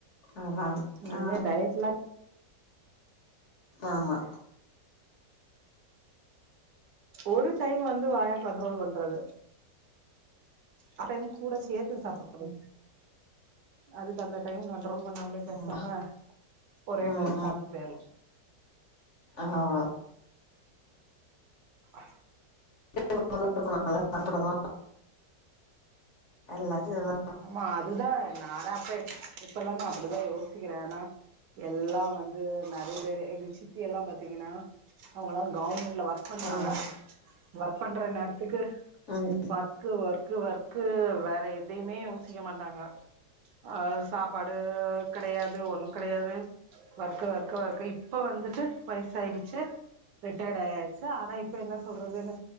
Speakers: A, on the left (about 50°); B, on the right (about 75°).
A: அதா
B: இனிமே
A: ஆ
B: டயட்லா
A: ஆமா
B: ஒரு டைம் வந்து வாய கண்ட்ரோல் பண்றது ஆ டைம் கூட சேத்து சாப்புட்ரு அதுக்கு அந்த டைம் நானு செலவு பண்ணாமலே பேசாம
A: ம்
B: ஒரே
A: ம்
B: மாரி சாப்ட்டு போய்றலா
A: ஆமா
B: அ
A: <inaudible> நல்லா சாப்ட தா எல்லாத்தையு நல்லா
B: ஆமா அதுதா நானா அப்ப இப்ப எல்லா நா அப்படித்தா யோசிக்கிறே ஏனா எல்லா வந்து ந ஒரு தரே எங்க சித்தி எல்லா பாத்தீங்கனா அவுங்கல்லா கவுர்மெண்ட்ல ஒர்க் பண்ணாங்க
A: ம்
B: ஒர்க் பண்ற நேரத்துக்கு
A: ம்
B: ஒர்க்கு ஒர்க்கு ஒர்க்கு வேற எ தையுமே யோசிக்க மாட்டாங்க அ சாப்பாடு கெடையாது ஒண்ணு கெடையாது ஒர்க்கு ஒர்க்கு ஒர்ககு இப்ப வந்துட்டு வயசாயிடுச்சு ரிட்டையர்ட் ஆயாச்சு ஆனா இப்ப என்ன சொல்றதுனு